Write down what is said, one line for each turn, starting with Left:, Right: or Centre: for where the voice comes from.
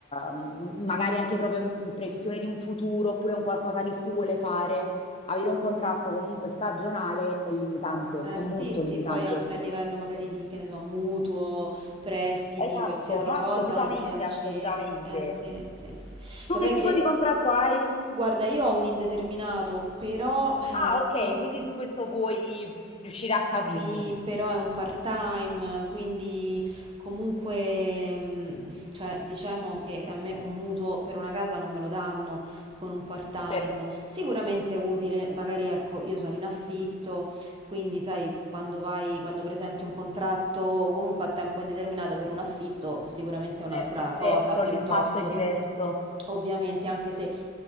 Left: m- magari anche proprio in previsione di un futuro oppure un qualcosa che si vuole fare avere un contratto comunque stagionale è limitante,
Right: Eh,
Left: è
Right: sì,
Left: molto
Right: sì,
Left: limitante.
Right: poi anche a livello magari di, che ne so, mutuo, prestiti,
Left: Esatto,
Right: qualsiasi
Left: no,
Right: cosa,
Left: assolutamente,
Right: non riesci...
Left: assolutamente.
Right: Eh sì, sì, sì.
Left: Tu
Right: Vabbè
Left: che tipo
Right: che,
Left: di contratto hai?
Right: guarda, io ho un indeterminato, però eh,
Left: Ah, ok,
Right: sono...
Left: quindi su questo puoi riuscire a capirmi.
Right: Sì, però è un part-time, quindi comunque, mm, cioè, diciamo che a me un mutuo per una casa non me lo danno con un part-time.
Left: Certo.
Right: Sicuramente è utile, magari ecco, io sono in affitto. Quindi, sai, quando vai, quando presenti un contratto o comunque a tempo indeterminato per un affitto, sicuramente è un'altra
Left: Certo, è diverso,
Right: cosa piuttosto.
Left: l'impatto è diverso.
Right: Ovviamente, anche se